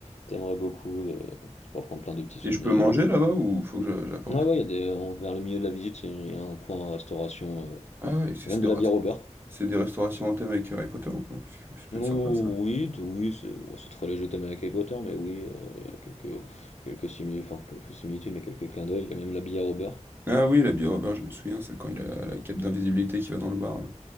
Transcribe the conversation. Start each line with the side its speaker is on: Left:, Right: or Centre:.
Left: t'aimerais beaucoup et tu pourras prendre plein de petits souvenirs
Right: Et je peux manger
Left: et tout, quoi.
Right: là-bas ou faut que je j'apporte?
Left: Ah ouais, il y a des, en- vers le milieu de la visite, il y, a il y a un coin restauration, euh,
Right: Ah ouais, c'est
Left: et
Right: c'est
Left: même de
Right: des res-
Left: la bière au beurre.
Right: c'est des restaurations en thème avec Harry Potter ou pas? Parce que ça peut
Left: Oh,
Right: être sympa ça.
Left: oui, t- oui, c'est oh, c'est très léger, t'aimes avec Harry Potter, mais oui, euh, il y a quelques, quelques simili- enfin, quelques similitudes, mais quelques clins d'œil, il y a même la bière au beurre.
Right: Ah oui, l'habit Robert, je me souviens, ça quand il a la
Left: Mm.
Right: cape d'invisibilité qui va dans le bar là.